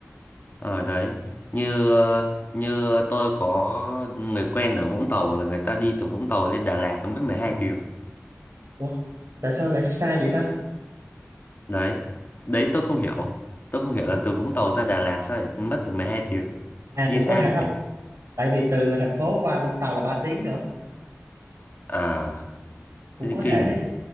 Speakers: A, on the left; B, on the right.
A: ờ đấy như ờ, như tôi có người quen ở Vũng Tàu là người ta đi từ Vũng Tàu lên Đà Lạt nó mất mười hai tiếng
B: ủa tại sao lại xa vậy ta
A: đấy đấy tôi không hiểu tôi không hiểu là từ Vũng Tàu ra Đà Lạt sao lại mất mười hai tiếng
B: à
A: đi
B: cũng
A: xa
B: có thể
A: như
B: không
A: thế
B: tại vì từ thành phố qua Vũng Tàu là 3 tiếng nữa
A: à
B: cũng
A: thế thì
B: có thể
A: kinh
B: thôi
A: nhỉ
B: nha